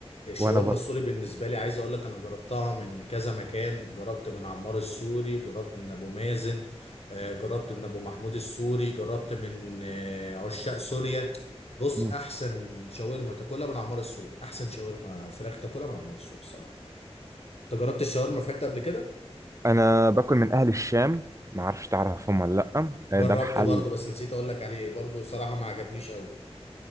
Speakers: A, on the left (about 70°); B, on the right (about 30°).
A: الشاورما
B: وانا برضه
A: السوري بالنسبه لي عايز اقول لك انا جربتها من كذا مكان جربت من عمار السوري جربت من ابو مازن آه، جربت من ابو محمود السوري جربت من آه، عشاق سوريا بص
B: مم.
A: احسن شاورما تاكلها من عمار السوري احسن شاورما فراخ تاكلها من عمار السوري الصراحه انت جربت الشاورما فراخ قبل كده
B: انا باكل من اهل الشام ما اعرفش تعرفهم ولا لا آه،
A: جربته
B: ده محل
A: برضو بس نسيت اقول لك عليه برضو صراحه ما عجبنيش قوي